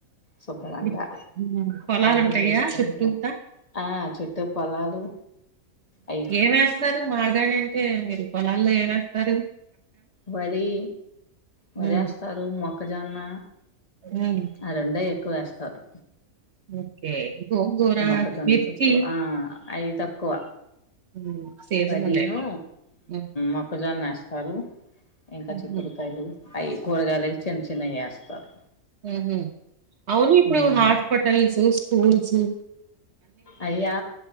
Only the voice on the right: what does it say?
ఇప్పుడు హ్మ్. పొలాలుంటాయా
చుట్టూతా?
ఏమేస్తారు మా గాని అంటే. అంటే మీరు పొలాల్లో ఏమ్ వేస్తారు.
హ్మ్.
హ్మ్.
ఓకే గోంగూర,
మిర్చి
హ్మ్. సీజనలేమో
అవి. హ్మ్.
హుహు.
హ్మ్ హు అవును ఇప్పుడు
హాస్పిటల్స్ చ పూల్ సి